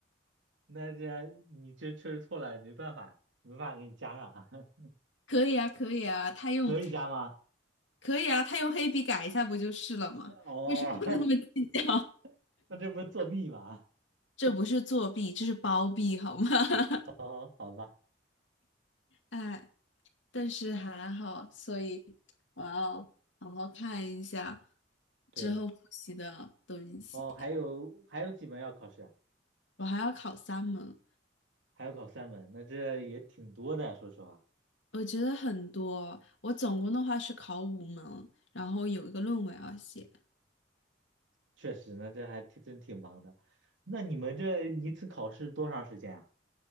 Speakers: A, on the right (about 80°); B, on the left (about 80°).
A: 那这你这确实错了，也没办法，没办法给你加上，<laughs>
B: 可以啊，可以啊，他用，
A: 可以加吗？
B: 可以啊，他用黑笔改一下不就是了吗？
A: 哦，
B: 为什么那么计较？
A: <laughs> 那这不是作弊吗？
B: <laughs> 这不是作弊，这是包庇好吗？<laughs>
A: <laughs> 哦，好吧，
B: 哎。但是还好，所以我要好好看一下
A: 对，
B: 之后复习的东西。
A: 哦，还有还有几门要考试啊？
B: 我还要考三门，
A: 还要考三门，那这也挺多的，说实话。
B: 我觉得很多。我总共的话是考五门，然后有一个论文要写，
A: 确实呢，这还挺真挺忙的。那你们这一次考试多长时间啊？